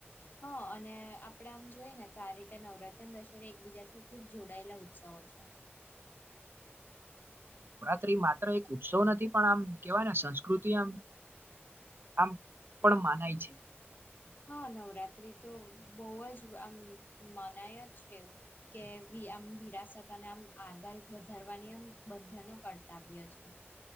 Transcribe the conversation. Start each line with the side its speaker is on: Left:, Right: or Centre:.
Left: હન, અને આપડે આમ જોએ ને તો આ રીતે નવરાત્રી દશેરા એકબીજાથી ખુબ જોડાયેલા ઉત્સવો ઓ છો.
Right: ત્રી માત્ર એક ઉત્સવ નથી પણ આમ કેવાયને સંસ્કૃતિ આમ આમ પણ માનાય છે.
Left: હન, નવરાત્રી તો બઉ જ આમ મનાય જ છે. એવું કે વી આમ વિરાસત અને આમ આગળ વધારવાની આમ બધાનો કરતાવ્ય છે.